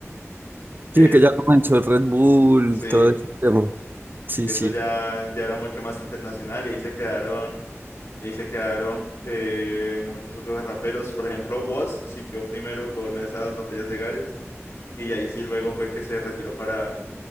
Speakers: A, on the left; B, on the right.
A: que
B: Sí, que
A: es,
B: ya comenzó el Red Bull,
A: sí,
B: todo ese tema. Sí,
A: que
B: sí.
A: eso ya, ya era mucho más internacional y ahí se quedaron. Y ahí se quedaron eh, muchos otros raperos. Por ejemplo, Wos siguió primero con esas batallas de gallos. Y ahí sí luego fue que se retiró para,